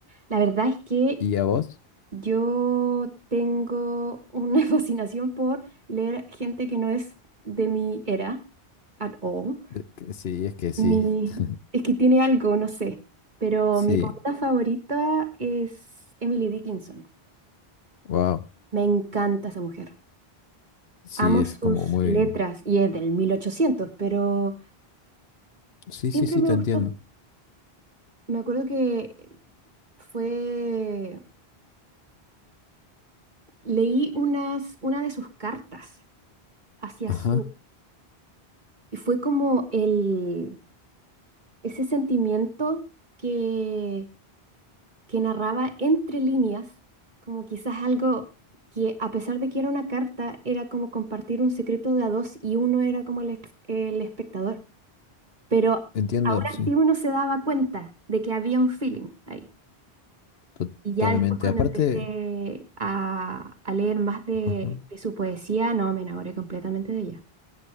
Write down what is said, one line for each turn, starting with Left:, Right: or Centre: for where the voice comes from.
Right: La verdad es que
Left: ¿Y a vos?
Right: yo tengo una <laughs> fascinación por leer gente que no es de mi era at all.
Left: De- que Sí, es que sí.
Right: Mi,
Left: <laughs>
Right: es que tiene algo, no sé, pero
Left: Sí,
Right: mi poeta favorita es Emily Dickinson.
Left: wow.
Right: Me encanta esa mujer.
Left: Sí,
Right: Amo
Left: es
Right: sus
Left: como muy...
Right: letras y es del 1800 pero
Left: Sí,
Right: siempre
Left: sí, sí,
Right: me
Left: te
Right: gustó.
Left: entiendo.
Right: Me acuerdo que fue, leí unas, una de sus cartas hacia
Left: Ajá,
Right: su y fue como el, ese sentimiento que que narraba entre líneas, como quizás algo que a pesar de que era una carta, era como compartir un secreto de a dos y uno era como el, ex- el espectador. Pero
Left: entiendo,
Right: aún
Left: sí,
Right: así uno se daba cuenta de que había un feeling ahí.
Left: totalmente.
Right: Y ya después cuando
Left: Aparte,
Right: empecé a, a leer más de,
Left: ajá.
Right: de su poesía, no, me enamoré completamente de ella.